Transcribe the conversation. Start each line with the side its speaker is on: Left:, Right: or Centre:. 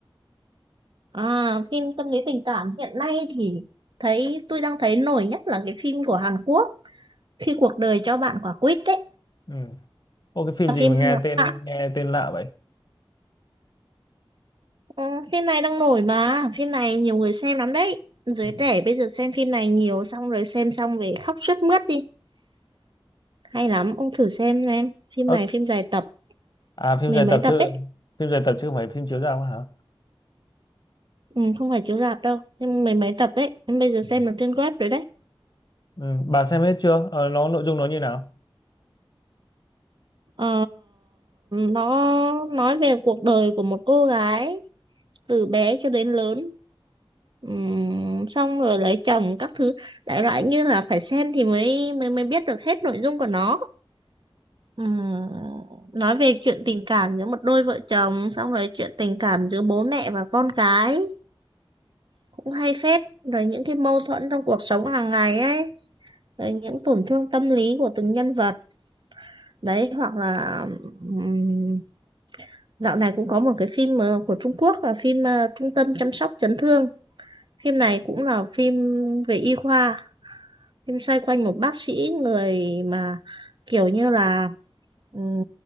Right: À, phim tâm lý tình cảm hiện nay thì thấy tôi đang thấy nổi nhất là cái phim của Hàn Quốc khi cuộc đời cho bạn quả quýt đấy
Left: ừ. Ô cái phim
Right: là
Left: gì
Right: phim
Left: mà nghe tên
Right: à,
Left: nghe tên lạ vậy
Right: ừ, phim này đang nổi mà phim này nhiều người xem lắm đấy giới
Left: ừ.
Right: trẻ bây giờ xem phim này nhiều xong rồi xem xong về khóc sướt mướt đi hay lắm ông thử xem xem phim
Left: Ơ,
Right: này phim dài tập
Left: à phim
Right: mười
Left: dài
Right: mấy
Left: tập
Right: tập
Left: chứ
Right: ấy
Left: phim dài tập chứ không phải phim chiếu rạp hả
Right: ừ, không phải chiếu rạp đâu nhưng mười mấy tập ấy em bây giờ
Left: Ừ.
Right: xem được trên web rồi đấy
Left: ừ. bà xem hết chưa Ờ, nó nội dung nó như nào
Right: Ờ, nó nói về cuộc đời của một cô gái từ bé cho đến lớn Ừm, xong rồi lấy chồng các thứ đại loại như là phải xem thì mới mới mới biết được hết nội dung của nó Ừm, nói về chuyện tình cảm giữa một đôi vợ chồng xong rồi chuyện tình cảm giữa bố mẹ và con cái cũng hay phết rồi những cái mâu thuẫn trong cuộc sống hàng ngày ấy rồi những tổn thương tâm lý của từng nhân vật đấy hoặc là ừm, dạo này cũng có một cái phim ờ, của Trung Quốc là phim ờ, Trung tâm chăm sóc chấn thương phim này cũng là phim về y khoa Phim xoay quanh một bác sĩ người mà kiểu như là ừm,